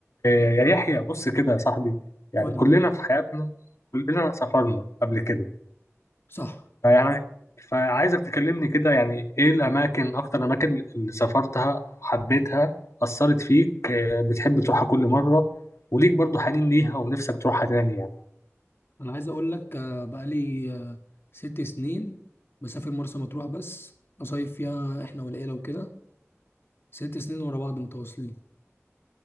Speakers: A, on the left (about 70°); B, on the left (about 50°).
A: إيه يا يحيى بص كده يا صاحبي يعني
B: قول
A: كلنا
B: لي
A: في حياتنا كلنا سافرنا قبل كده
B: صح
A: فيعني فعايزك تكلمني كده يعني ايه الاماكن اكتر الاماكن اللي سافرتها حبيتها اثرت فيك إيه بتحب تروحها كل مره وليك برضو حنين ليها ونفسك تروحها تاني يعني
B: انا عايز اقول لك آه، بقالي آه، ست سنين بسافر مرسى مطروح بس اصيف فيها احنا والعيله وكده ست سنين ورا بعض متواصلين